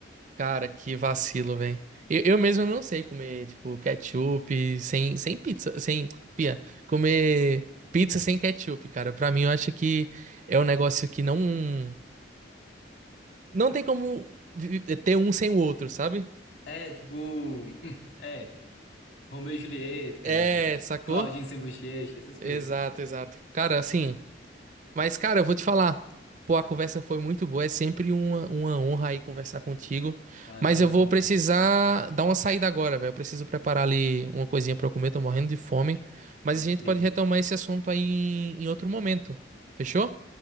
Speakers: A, on the right; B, on the left.
A: Cara, que vacilo, velho. Eu, eu mesmo não sei comer, tipo, ketchup sem, sem pizza, sem... Pia, comer pizza sem ketchup, cara. Pra mim, eu acho que é um negócio que não... Não tem como vi- ter um sem o outro, sabe?
B: É, tipo. <laughs> É. Romeu e Julieta,
A: É, sacou?
B: Claudinho sem bochecha, essas coisas.
A: Exato, exato. Cara, assim... Mas, cara, eu vou te falar. Pô, a conversa foi muito boa. É sempre uma, uma honra aí conversar contigo.
B: Valeu,
A: Mas
B: amigão.
A: eu vou precisar
B: Foi bom.
A: dar uma saída agora, velho. Eu preciso preparar ali uma coisinha pra eu comer. Tô morrendo de fome. Mas
B: Beleza.
A: a gente pode retomar esse assunto aí em, em outro momento. Fechou?